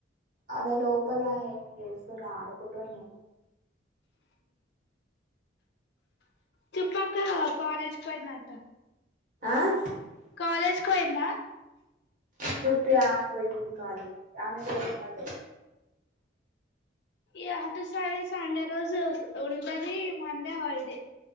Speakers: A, on the right; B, on the left.
A: ఆమె లోపల ఏంచేస్తుందాడుకుంటు నను
B: చెప్పాక కాలేజ్ పోయిందంట
A: ఆ
B: కాలేజ్కోయిందా
A: చుప్పే <unintelligible> ఆ పోయింది కాలేజ్ ఆమెక్ రేప్ హాల్డే
B: ఏ అత సాల సండ ఈ రోజు ఉంటది మండే హాలిడే